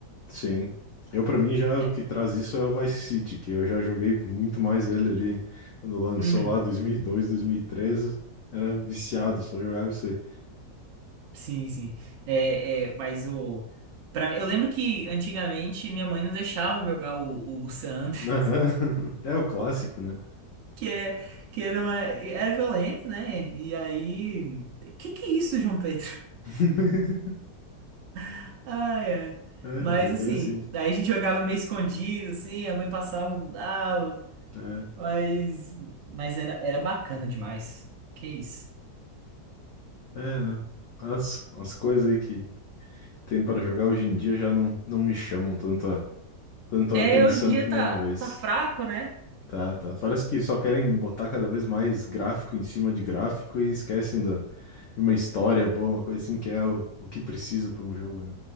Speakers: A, on the left (about 80°); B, on the right (about 75°).
A: Sim. Eu, pra mim, já
B: É.
A: o que traz isso é o Vice City, que eu já joguei muito mais ele ali quando lançou
B: Uhum.
A: lá dois mil e dois, dois mil mil e e treze, Era viciado, só jogava isso aí.
B: Sim, sim. É, é, mas o. Pra, eu lembro que antigamente minha mãe não deixava jogar o, o, o San Andreas,
A: Aham. <laughs> É o clássico, né?
B: <laughs> que, é, que era, uma, era violento, né? E aí. Que que é isso, João Pedro?
A: <laughs>
B: <laughs> Ai, ai.
A: É,
B: Mas
A: mas é bem
B: assim,
A: assim.
B: daí a gente jogava meio escondido, assim, a mãe passava, mudava.
A: né?
B: Mas, mas era, era bacana demais. Que isso.
A: É, né? as, as coisas aí que tem para jogar hoje em dia já não, não me chamam tanto a, tanto
B: É,
A: a atenção
B: hoje em dia
A: que nem
B: tá,
A: uma vez.
B: tá fraco, né?
A: Tá, tá. Parece que só querem botar cada vez mais gráfico em cima de gráfico e esquecem da, de uma história boa, uma coisa assim que é o, o que precisa para um jogo, né?